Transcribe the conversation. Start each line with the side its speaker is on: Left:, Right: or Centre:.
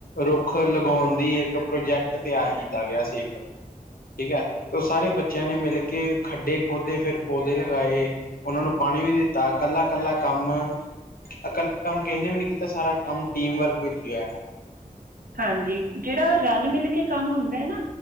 Left: ਰੁੱਖ ਲਗਾਉਣ ਦੀ ਇੱਕ ਪ੍ਰੋਜੈਕਟ ਤਿਆਰ ਕੀਤਾ ਗਿਆ ਸੀ ਇੱਕ ਠੀਕ ਹੈ ਤੇ ਓਹ ਸਾਰੇ ਬੱਚਿਆਂ ਨੇ ਮਿਲ ਕੇ ਖੱਡੇ ਖੋਦੇੇ ਫਿਰ ਪੌਦੇ ਲਗਾਏ ਉਹਨਾਂ ਨੂੰ ਪਾਣੀ ਵੀ ਦਿੱਤਾ ਕੱਲਾ ਕੱਲਾ ਕੰਮ ਗ਼ਲਤ <unintelligible> ਕੰਮ ਕਿਹੇ ਨੇ ਵੀ ਨੀ ਕੀਤਾ ਸਾਰਾ ਕੰਮ ਟੀਮ ਵਰਕ ਵਿੱਚ ਹੋਇਆ
Right: ਹਾਂਜੀ ਜੇਹੜਾ ਰਲ ਮਿਲ ਕੇ ਕੰਮ ਹੁੰਦਾ ਐ ਨਾ